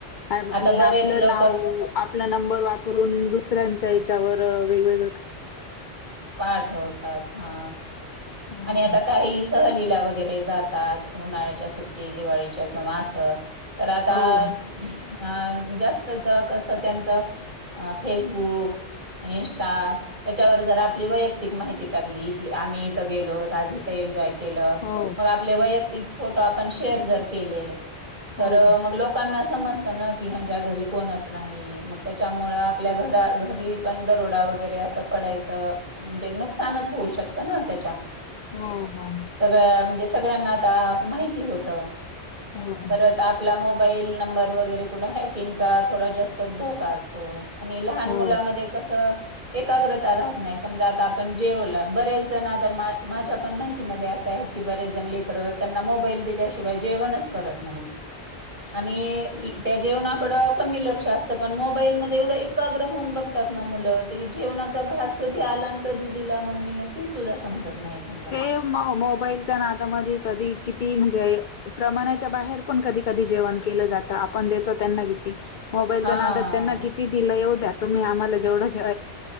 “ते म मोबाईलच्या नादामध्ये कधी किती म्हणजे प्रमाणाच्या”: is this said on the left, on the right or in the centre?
Left